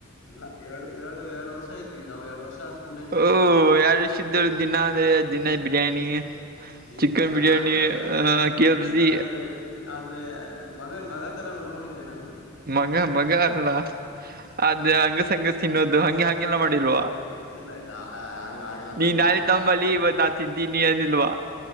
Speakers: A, on the left (about 75°); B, on the right (about 45°).
A: ಇಲ್ಲ ಎರಡು ಎರಡು ಎರಡು ವರ್ಷ ಇದ್ವಿ ನಾವ್ ಎರಡ್ ವರ್ಷ ಸ್ಕೂಲಲ್ಲಿ ಇದ್ವಿ
B: ಓಹ ಯಾರ ಇಷ್ಟ ಇದ್ದರು ದಿನಾ ಅಂದ್ರೆ ದಿನ ಬಿರಿಯಾನಿ ಚಿಕನ್
A: ಇಲ್ಲ ಇಲ್ಲ
B: ಬಿರಯಾನಿ
A: ಆತರ ಅಲ್ಲ
B: ಅ ಕೆ ಎಫ ಜಿ
A: ಆದ್ರೆ ಆದ್ರೆ ಮಗನ್ ಮಗ ತರ ನೋಡ್ಕೊಂಡಿದ್ದೆ ನಾನು
B: ಮಗ ಮಗ ಅಲ್ಲ ಅದೇ ಹಂಗಸ್ ಹಂಗಸ್ ತಿನ್ನೋದು ಹಗೆ ಹಗೆಲ್ಲ ಮಾಡಿಲ್ವಾ
A: ಇಲ್ಲ ಇಲ್ಲ ಹಾಗೆಲ್ಲ ಮಾಡಿಲ್ಲ
B: ನೀ ನಳಿ
A: ನಾವೆಲ್ಲ
B: ತಂಬಲ್ಲಿ ಇವತ್ ನಾ ತಿಂತೀನಿ ಅನಿಲ್ವಾ